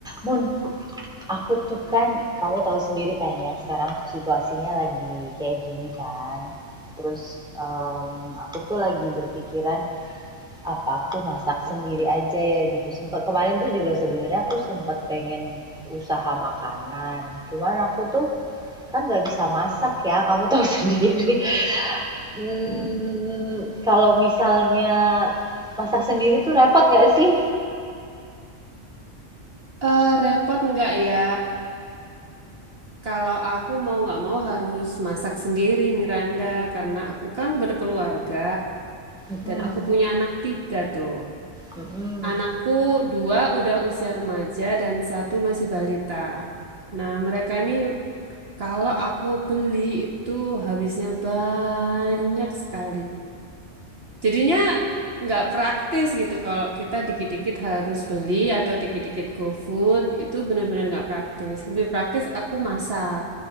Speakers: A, in the centre; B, on the right.
A: Mun, aku tuh kan, kamu tahu sendiri kan ya, sekarang tuh situasinya lagi kayak gini kan. Terus em, aku tuh lagi berpikiran apa aku masak sendiri aja ya gitu. Sempat kemarin tuh juga sebenarnya aku sempat pengen usaha makanan. Cuman aku tuh kan nggak bisa masak ya, kamu tahu <laughs> sendiri. Hmm, kalau misalnya masak sendiri tuh repot nggak sih?
B: Eh, repot enggak ya? Kalau aku mau nggak mau harus masak sendiri Miranda, karena aku kan berkeluarga
A: Mm-mm,
B: dan aku punya anak tiga tuh.
A: mm-mm,
B: Anakku dua udah usia remaja dan satu masih balita. Nah, mereka ini kalau aku beli itu habisnya banyak sekali. Jadinya nggak praktis gitu kalau kita dikit-dikit harus beli atau dikit-dikit GoFood itu benar-benar nggak praktis. Lebih praktis aku masak.